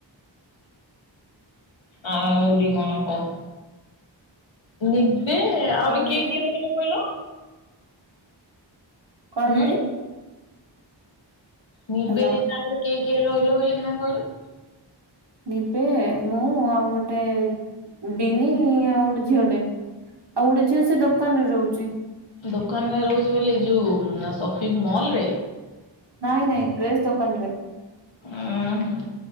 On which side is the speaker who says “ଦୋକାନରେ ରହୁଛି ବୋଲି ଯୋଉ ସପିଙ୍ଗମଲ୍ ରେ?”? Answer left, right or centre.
Left